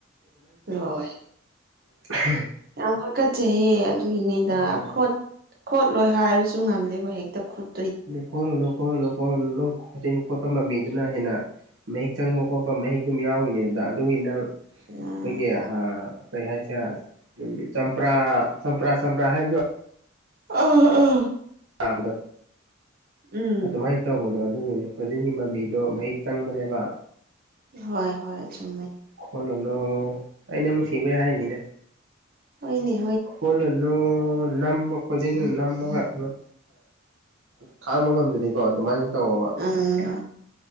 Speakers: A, on the right (about 50°); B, on the right (about 65°).
A: ꯍꯣꯏ
B: ꯎ <unintelligible>
A: ꯌꯥꯝ ꯑꯃꯛ ꯀꯠꯆꯩꯌꯦ ꯑꯗꯨꯒꯤꯅꯦꯗꯠ
B: ꯎꯝ
A: ꯈꯣꯠꯂꯣꯏ ꯍꯥꯏꯔꯁꯨ ꯉꯝꯗꯦꯕ ꯍꯦꯛꯇ ꯈꯨꯠ
B: ꯀꯣꯣꯂꯣ ꯀꯣꯂꯣ ꯣꯟ ꯈꯣꯠꯆꯤꯟ ꯈꯣꯠꯄ ꯃꯃꯤꯗꯨꯅ ꯍꯦꯟꯅ ꯃꯍꯤꯛ ꯆꯪꯕ ꯈꯣꯠꯄ ꯃꯍꯤ ꯑꯗꯨꯝ ꯌꯥꯎꯔꯤꯅꯦ ꯑꯗꯨꯗ ꯑꯗꯨ ꯏꯟꯅ ꯑꯩꯈꯣꯏꯒꯤ
A: ꯎꯝ
B: ꯀꯩ ꯍꯥꯏꯁꯦ ꯆꯄ ꯆꯄ ꯆꯄ ꯍꯥꯏꯕꯗ
A: ꯎꯝ ꯎꯝ
B: ꯇꯥꯕꯗꯣ
A: ꯎꯝ
B: ꯑꯗꯨꯃꯥꯏ ꯇꯧꯕꯗꯣ ꯑꯗꯨꯒꯤꯅꯦ ꯈꯨꯖꯤꯟꯒꯤ ꯃꯃꯤꯗꯣ ꯃꯍꯤꯛ ꯆꯪꯕꯅꯦꯕ
A: ꯍꯣꯏ ꯍꯣꯏ ꯆꯨꯝꯃꯥꯏ
B: ꯈꯣꯜꯂꯣꯅꯣ ꯑꯩꯅ ꯅꯨꯡꯁꯤꯕꯩ ꯍꯥꯏꯅꯤꯗ
A: ꯍꯅꯦ
B: ꯐꯣꯂꯅ ꯅ ꯈꯣꯟꯖꯦꯜꯗꯨꯅ ꯅꯝꯃꯒ ꯑꯗꯨ ꯈꯥꯡꯕ ꯉꯝꯗꯗꯤꯀꯣ ꯑꯗꯨꯃꯥꯏꯅ ꯇꯧꯋꯣꯕ
A: ꯎꯝ